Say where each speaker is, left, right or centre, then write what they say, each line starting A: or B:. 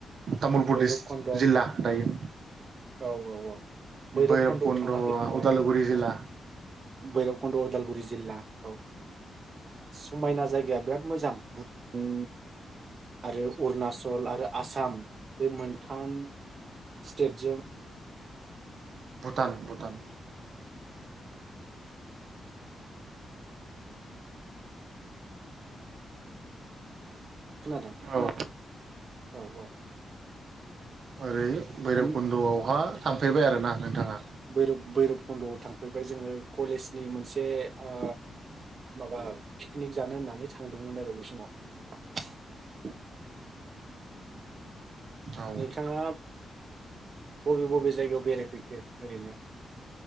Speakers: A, on the right (about 60°); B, on the right (about 40°).
A: तामुलपुर
B: भैरब
A: दिस
B: कन्द' औ
A: जिल्ला दायो
B: औ औ भैरबकुन्द'आव
A: भैरबकुन्द'
B: थांना फैखांबाय
A: उदालगुरि जिल्ला
B: बैरबकुन्द उदालगुरि जिल्ला औ समायना जायगाया बिराद मोजां भुटान आरो अरुनाचल आरो आसाम बे मोनथाम स्टेटजों
A: भुटान भुटान
B: खोनादों
A: औ
B: औ औ
A: ओरै बैरबखुन्दआवहा
B: दा
A: थांफेरबाय आरोना नोंथाङा
B: बैरब बैरब खन्दआव थांफेरबाय जोङो कलेजनि मोनसे ओ माबा पिकनिक जानो होननानै थांदोंमोन आरो बे समाव
A: औ
B: नोंथाङा बबे बबे जायगायाव बेरायफैखो ओरैनो